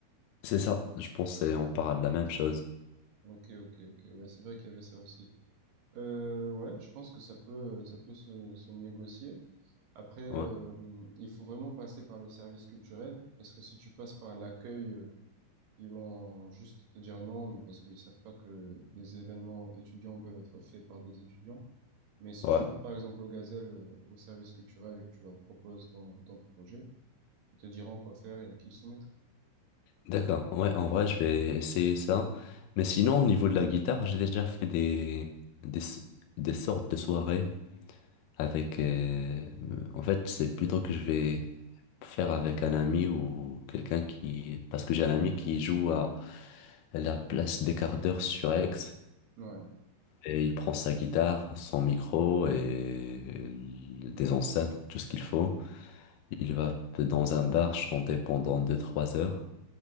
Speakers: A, on the left (about 80°); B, on the right (about 65°).
A: C'est ça, je pense, c'est- on parle de la même chose.
B: Ok, ok, ok, ouais, c'est vrai qu'il y avait ça aussi. Euh, ouais, je pense que ça peut, ça peut se, se négocier. Après, euh,
A: Ouais.
B: il faut vraiment passer par le service culturel, parce que si tu passes par l'accueil, euh, ils vont juste te dire non, mais parce qu'ils savent pas que des événements étudiants peuvent être faits par des étudiants. Mais si
A: Ouais.
B: tu vas, par exemple, au Gazelle, euh, au service culturel et que tu leur proposes ton, ton projet, ils te diront quoi faire et à qui le soumettre.
A: D'accord, ouais, en vrai, je vais essayer ça. Mais sinon, au niveau de la guitare, j'ai déjà fait des, des, des sortes de soirées avec... euh, en fait, c'est plutôt que je vais faire avec un ami ou quelqu'un qui... Parce que j'ai un ami qui joue à la place des quarts d'heure sur Aix,
B: Ouais,
A: et il prend sa guitare, son micro et des enceintes, tout ce qu'il faut. Il va dans un bar chanter pendant deux trois heures.